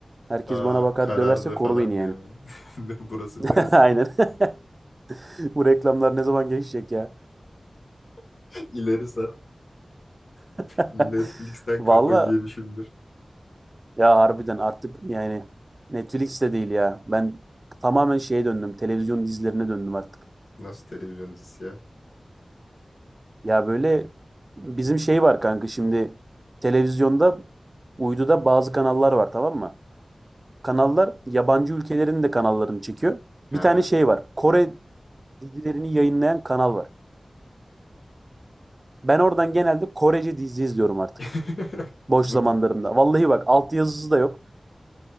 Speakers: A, on the right; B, on the left.
A: herkes
B: Aa
A: bana bakar
B: karardı
A: döverse
B: falan
A: koru beni yani.
B: diye. <laughs> Ne, Burası
A: <laughs>
B: neresi?
A: Aynen. <laughs> Bu reklamlar ne zaman geçecek ya?
B: <laughs> İleri sar.
A: <laughs>
B: Netflix'ten
A: Valla
B: kafayı yemişimdir.
A: ya harbiden artık yani Netflix de değil ya. Ben tamamen şeye döndüm. Televizyon dizilerine döndüm artık.
B: Nasıl televizyon dizisi ya?
A: Ya böyle bizim şey var kanka şimdi televizyonda uyduda bazı kanallar var tamam mı? Kanallar yabancı ülkelerin de kanallarını çekiyor.
B: Ha.
A: Bir tane şey var. Kore dizilerini yayınlayan kanal var. Ben oradan genelde Korece dizi izliyorum artık.
B: <laughs>
A: Boş
B: Bunu
A: zamanlarımda. Vallahi bak altyazısı da yok.